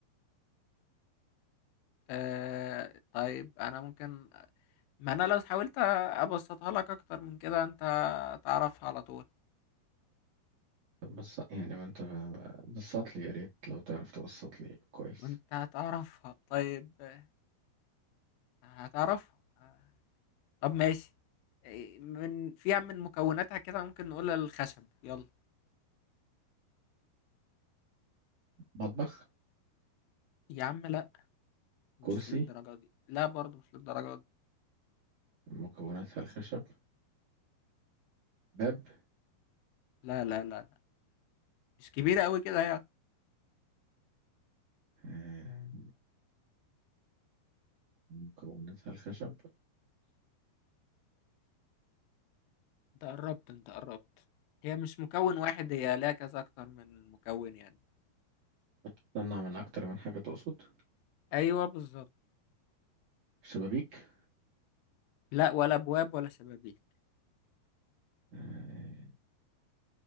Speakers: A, on the left; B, on the right.
A: آه طيب انا ممكن ما انا لو حاولت ابسطها لك اكتر من كده انت هتعرفها على طول
B: طب بس يعني ما أنت بسط لي يا ريت لو تعرف تبسط لي كويس
A: وانت هتعرفها طيب آه، هتعرفها آه، طب ماشي آه، من فيها من مكوناتها كده ممكن نقول الخشب يلا
B: مطبخ
A: يا عم لا مش
B: كرسي
A: للدرجة دي لا برضه مش للدرجة دي
B: مكوناتها الخشب باب
A: لا لا لا لا مش كبيرة قوي كده يعني
B: آه، مكوناتها الخشب
A: انت قربت انت قربت هي مش مكون واحد هي لها كذا اكتر من مكون يعني
B: بتطلع من أكتر من حاجة تقصد
A: ايوه بالظبط
B: شبابيك
A: لا ولا ابواب ولا شبابيك
B: آه،